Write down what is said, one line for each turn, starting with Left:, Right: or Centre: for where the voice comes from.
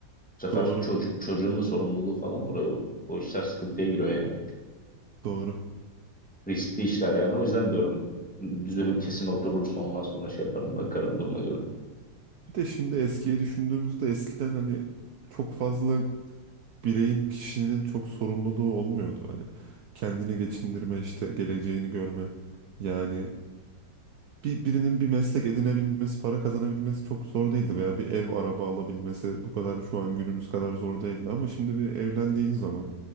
Centre: Bu sefer
Right: doğru,
Centre: çocu- çocuğun da sorumluluğu falan var. O, o işler sıkıntıya giriyor yani.
Right: doğru.
Centre: Riskli işler yani. O yüzden diyorum düzenim kesin oturursa ondan sonra şey yaparım bakarım duruma göre.
Right: Bir de şimdi eskiye düşündüğümüzde eskiden hani çok fazla bireyin, kişinin çok sorumluluğu olmuyordu. Hani kendini geçindirme, işte geleceğini görme. Yani bir, birinin bir meslek edinebilmesi, para kazanabilmesi çok zor değildi veya bir ev, araba alabilmesi bu kadar şu an günümüz kadar zor değildi. Ama şimdi bir evlendiğin zaman,